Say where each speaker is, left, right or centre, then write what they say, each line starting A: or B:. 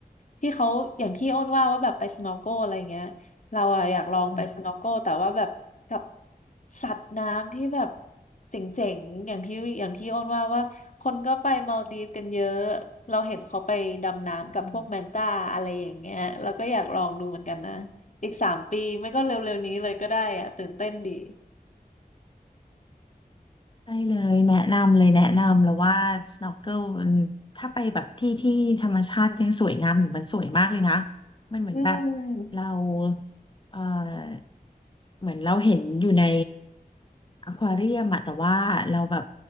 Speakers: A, on the left; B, on the left.
A: ที่เขาอย่างที่อ้นว่าว่าแบบไปสโนว์โกอะไรเงี้ยเราอะอยากลองไปสโนว์โกแต่ว่าแบบกับ
B: เออ
A: สัตว์น้ำที่แบบเจ๋งๆอย่างที่อย่างที่อ้นว่าว่าคนก็ไปมาลดีฟกันเยอะเราเห็นเขาไปดำน้ำกับพวกแมนต้าอะไรอย่างเงี้ยเราก็อยากลองดูเหมือนกันนะ
B: ใช่
A: อีกสามปีไม่ก็เร็วๆนี้เลยก็ได้อะตื่นเต้นดี
B: ใช่เลยแนะนำเลยแนะนำแล้วว่า snorkel มันถ้าไปแบบที่ที่ธรรมชาติยังสวยงามอยู่มันสวยมากเลยนะ มันเหมือนแบบ
A: อืม
B: เราเออเหมือนเราเห็นอยู่ในอควาเรียมอะแต่ว่าเราแบบ